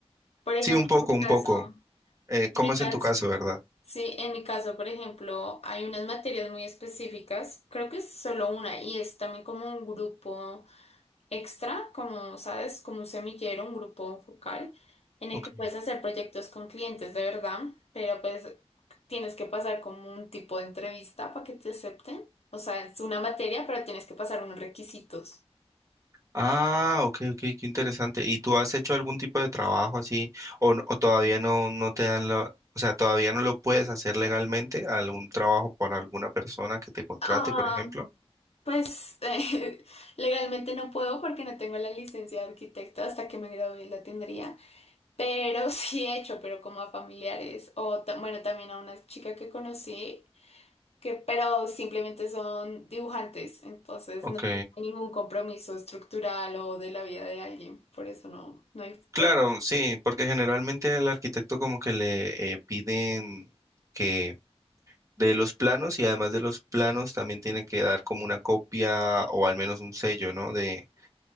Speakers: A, on the left; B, on the right.
A: Por ejemplo,
B: Sí, un poco,
A: en mi
B: un
A: caso,
B: poco.
A: en
B: Eh, ¿cómo
A: mi
B: es
A: caso,
B: en tu caso, verdad?
A: Sí, en mi caso, por ejemplo, hay unas materias muy específicas, creo que es solo una y es también como un grupo extra, como sabes, como un semillero, un grupo focal, en
B: Ok.
A: el que puedes hacer proyectos con clientes de verdad, pero pues tienes que pasar como un tipo de entrevista para que te acepten. O sea, es una materia, pero tienes que pasar unos requisitos.
B: Ah, ok, ok, qué interesante. ¿Y tú has hecho algún tipo de trabajo así o, no- o todavía no, no te dan la, o sea, todavía no lo puedes hacer legalmente, algún trabajo para alguna persona que te contrate,
A: Ah,
B: por ejemplo?
A: pues <laughs> eh, legalmente no puedo porque no tengo la licencia de arquitecta, hasta que me gradué la tendría. Pero <laughs> sí he hecho, pero como a familiares o ta- bueno, también a una chica que conocí, que pero simplemente son dibujantes, entonces
B: Ok.
A: no tiene ningún compromiso estructural o de la vida de alguien, por eso no, no hay
B: Claro,
A: prueba de
B: sí, porque generalmente al arquitecto como que le eh, piden que de los planos y además de los planos también tiene que dar como una copia o al menos un sello, ¿no? De,